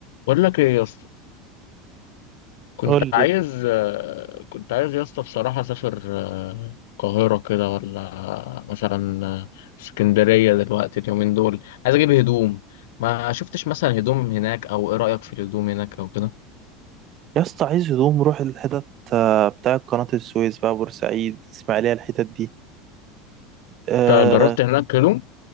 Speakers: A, on the left; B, on the right.
A: بقول لك ايه يا اسطى كنت
B: قول
A: عايز
B: لي
A: آه، كنت عايز يا اسطى بصراحة اسافر آه، القاهرة كده ولا مثلا آه، اسكندرية دلوقتي اليومين دول عايز اجيب هدوم ما شفتش مثلا هدوم هناك او ايه رأيك في الهدوم هناك او كده
B: يا اسطى عايز هدوم روح الحتت آه، بتاع قناة السويس بقى بورسعيد اسماعيلية الحتت دي أه
A: انت جربت هناك هدوم